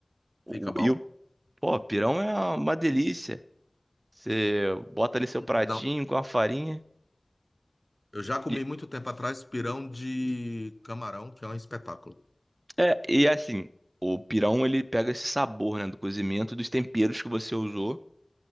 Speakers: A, on the right (about 60°); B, on the left (about 15°).
A: O,
B: Fica bom?
A: e o, pô, pirão é uma delícia. Você bota ali seu pratinho
B: Não.
A: com a farinha.
B: Eu já comi
A: E,
B: muito tempo atrás pirão de camarão, que é um espetáculo.
A: é, e assim, o pirão ele pega esse sabor, né, do cozimento dos temperos que você usou.